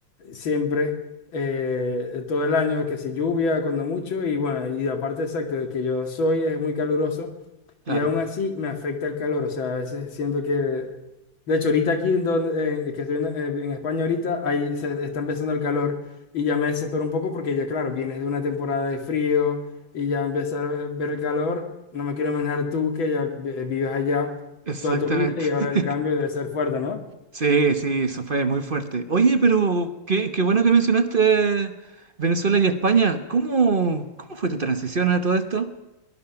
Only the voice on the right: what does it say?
Claro,
exactamente.
<laughs>
Sí, sí, eso fue muy fuerte. Oye, pero qué, qué bueno que mencionaste Venezuela y España. ¿Cómo, cómo fue tu transición a todo esto?